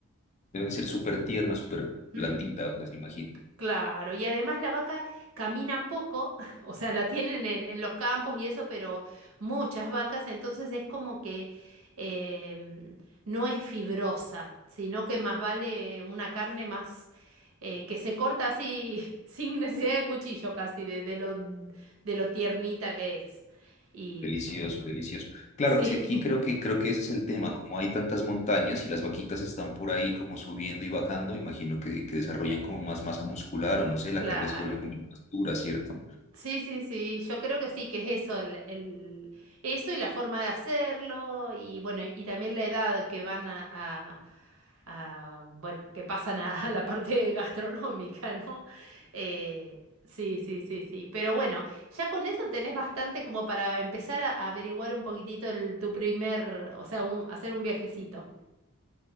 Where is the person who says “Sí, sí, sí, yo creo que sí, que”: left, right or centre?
Right